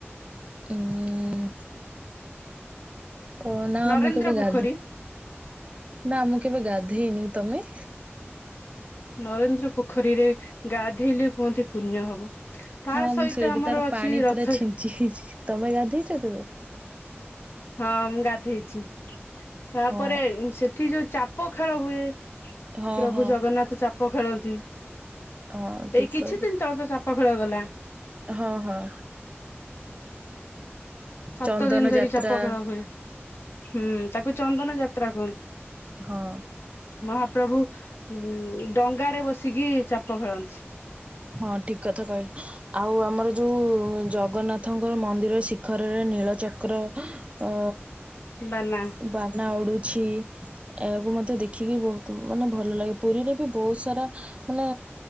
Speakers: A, on the right (about 30°); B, on the left (about 60°).
A: ଉମ୍ କଉନା
B: ନରେନ୍ଦ୍ର
A: ମୁଁ କେବେ
B: ପୋଖରୀ
A: ଗାଧେ ନାଁ, ମୁଁ କେବେ ଗାଧେଇନି। ତମେ?
B: ନରେନ୍ଦ୍ର ପୋଖରୀରେ ଗାଧେଇଲେ କୁହନ୍ତି ପୁଣ୍ୟ ହବ। ତା
A: ହଁ,
B: ସହିତ
A: ମୁଁ ସେଇଠି
B: ଆମର
A: ତାର
B: ଅଛି
A: ପାଣି
B: ରଥ
A: ପୁରା ଛିଞ୍ଚି ହେଇଛି। ତମେ ଗାଧେଇଛ କେବେ?
B: ହଁ, ମୁଁ ଗାଧେଇଛି। ତାପରେ
A: ହଁ
B: ସେଠି ଯୋଉ ଚାପ ଖେଳ ହୁଏ
A: ହଁ
B: ପ୍ରଭୁ
A: ହଁ
B: ଜଗନ୍ନାଥ ଚାପ ଖେଳନ୍ତି।
A: ହଁ ଠିକ୍
B: ଏଇ କିଛି
A: କହିଲ
B: ଦିନ ତଳେ ତ ଚାପ ପ ଖେଳ ଗଲା
A: ହଁ ହଁ।
B: ସାତଦିନ
A: ଚନ୍ଦନ
B: ଧରି
A: ଯାତ୍ରା
B: ଚାପ ଖେଳ ହୁଏ। ହୁଁ, ତାକୁ ଚନ୍ଦନ ଯାତ୍ରା କୁହନ୍ତି।
A: ହଁ
B: ମହାପ୍ରଭୁ ଉମ୍ ଡଙ୍ଗାରେ ବସିକି ଚାପ ଖେଳନ୍ତି।
A: ହଁ, ଠିକ କଥା କହିଲ। ଆଉ ଆମର ଯୋଉ ଜଗନ୍ନାଥଙ୍କର ମନ୍ଦିର ଶିଖରରେ ନୀଳଚକ୍ର ଅ ଉ
B: ବା ନା
A: ବାନା ଉଡ଼ୁଛି ଏହାକୁ ମତେ ଦେଖିକି ବହୁତ ମାନେ ଭଲ ଲାଗେ। ପୁରୀରେ ବି ବହୁତ ସାରା ମାନେ